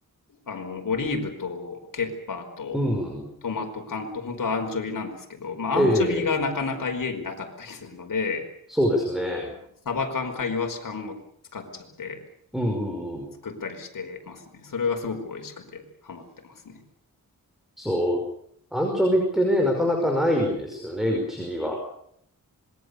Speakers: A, on the left (about 65°); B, in the centre.
A: あの、オリーブとケッパーと
B: うん。
A: トマト缶と本当はアンチョビなんですけど、まあ、
B: ええ、
A: アンチョビがなかなか家になかったりするので、
B: そうですね。
A: あのサバ缶かイワシ缶を使っちゃって
B: うんうんうん。
A: 作ったりしてますね。それがすごく美味しくてハマってますね。
B: そう。アンチョビってね、なかなかないですよね、うちには。